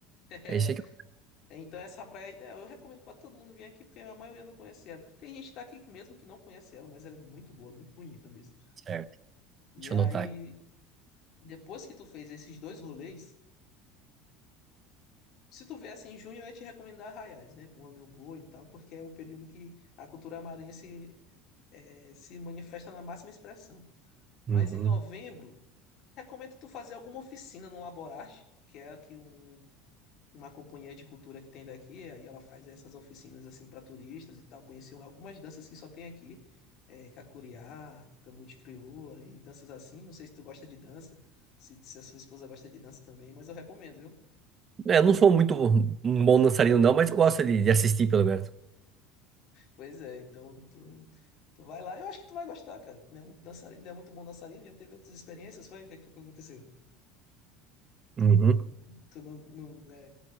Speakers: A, on the left; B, on the right.
A: É,
B: É isso aí que eu...
A: é, então essa praia é ideal. Eu recomendo para todo mundo vir aqui porque a maioria não conhece ela. Tem gente daqui mesmo que não conhece ela, mas ela é muito boa, muito bonita mesmo.
B: Certo,
A: E
B: deixa
A: aí
B: eu anotar aqui.
A: depois que tu fez esses dois rolês, Se tu viesse em junho, eu ia te recomendar Arraiais, né? Bumba Meu Boi e tal, porque é o período que a cultura maranhense eh, se manifesta na máxima expressão. Mas
B: Uhum.
A: em novembro, recomendo tu fazer alguma oficina no Laborarte, que é aqui um- uma companhia de cultura que tem daqui, aí ela faz essas oficinas assim para turistas e tal, conhecer algumas danças que só tem aqui, eh, cacuriá, tambor de crioula e danças assim. Não sei se tu gosta de dança, se, se a sua esposa gosta de dança também, mas eu recomendo, viu?
B: É, eu não sou muito um bom dançarino, não, mas eu gosto de de assistir, pelo menos.
A: Pois é, então tu, tu vai lá. Eu acho que tu vai gostar, cara. Tu Não é muito dançarino, não é muito bom dançarino, já teve outras experiências, foi? O que foi que aconteceu? Tu
B: Uhum.
A: não, tu não, não, é,